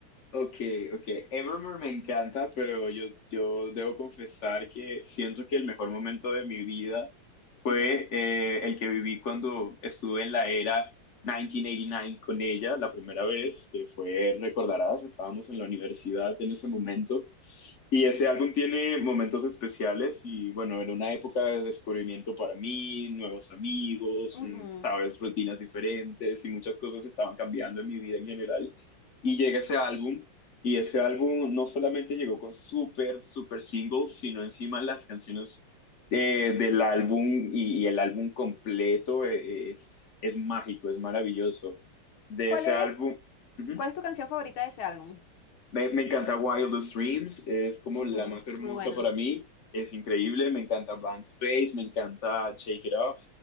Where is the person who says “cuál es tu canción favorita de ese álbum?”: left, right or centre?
Left